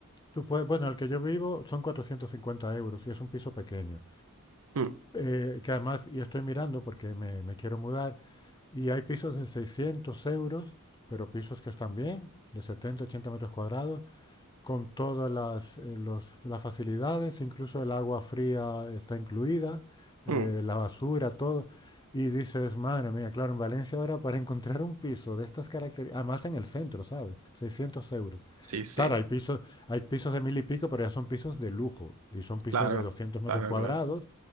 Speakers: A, on the left; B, on the right.
A: tú puedes, bueno, el que yo vivo son 450 euros y es un piso pequeño.
B: mm,
A: Eh, que además, y estoy mirando porque me, me quiero mudar, y hay pisos de 600 euros, pero pisos que están bien, de 70 80 metros cuadrados con todas las, eh, los- las facilidades, incluso el agua fría está incluida, eh,
B: mm.
A: la basura, todo. Y dices, madre mía, claro, en Valencia ahora para encontrar un piso de estas características, además en el centro, ¿sabes? 600 euros.
B: Sí, sí,
A: Claro, hay pisos, hay pisos de mil y pico, pero ya son pisos de lujo. Y son pisos
B: claro,
A: de doscientos metros
B: claro,
A: cuadrados
B: claro.